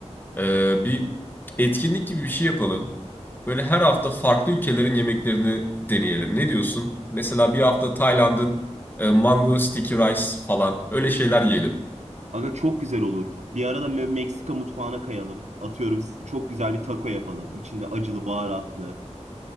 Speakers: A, on the left; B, on the right.
A: Ee, bir etkinlik gibi bir şey yapalım. Böyle her hafta farklı ülkelerin yemeklerini deneyelim. Ne diyorsun? Mesela bir hafta Tayland'ın e, mango sticky rice falan öyle şeyler yiyelim.
B: Aga çok güzel olur. Bir arada Me- Meksika mutfağına kayalım. Atıyorum s- çok güzel bir taco yapalım. İçinde acılı baharatlı.